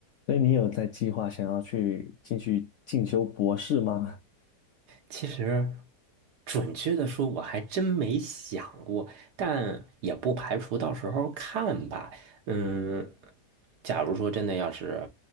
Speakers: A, on the left; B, on the right.
A: 所以你有在计划想要去进去进修博士吗？
B: 其实，准确的说，我还真没想过，但也不排除到时候看吧。嗯，假如说真的要是